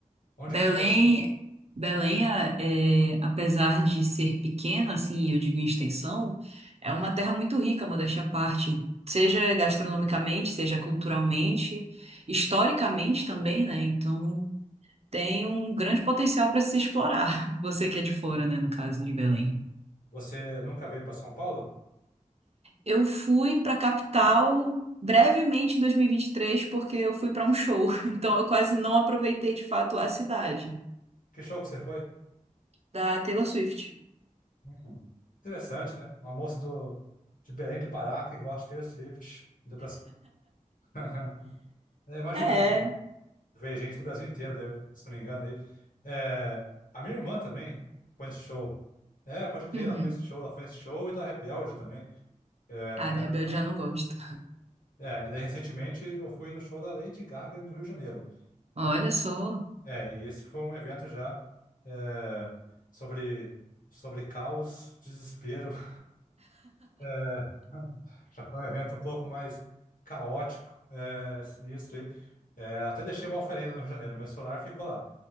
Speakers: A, on the left; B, on the right.
A: Onde
B: Belém,
A: que você...
B: Belém, a- é, apesar de ser pequena, assim, eu digo em extensão, é uma terra muito rica, modéstia à parte. Seja gastronomicamente, seja culturalmente, historicamente também, né? Então, tem um grande potencial para se explorar. <laughs> Você que é de fora, né? No caso de Belém.
A: Você nunca veio para São Paulo?
B: Eu fui para capital brevemente em 2023 porque eu fui para um show, <laughs> então eu quase não aproveitei de fato a cidade
A: Que show que você foi?
B: da Taylor Swift.
A: Hum, Interessante, né? Uma moça do, de Belém do Pará que gosta de Taylor Swift. Ainda pra... cima. <laughs> É, imagina
B: É.
A: que veio gente do Brasil inteiro, deve- se não me engano. Aí. É, a minha irmã também foi nesse show. É, pode crer,
B: Uhum.
A: ela foi nesse show. Ela foi nesse show e da Rebelde também, é, naquela
B: Ah, de Rebelde
A: época lá.
B: já não gosto.
A: É, e daí recentemente eu fui no show da Lady Gaga no Rio de Janeiro.
B: Olha só.
A: É, e esse foi um evento já é, sobre, sobre caos, desespero <laughs> É, <laughs> já foi um evento um pouco mais caótico, é, sinistro. aí. É, até deixei uma oferenda no Rio de Janeiro, meu celular ficou lá.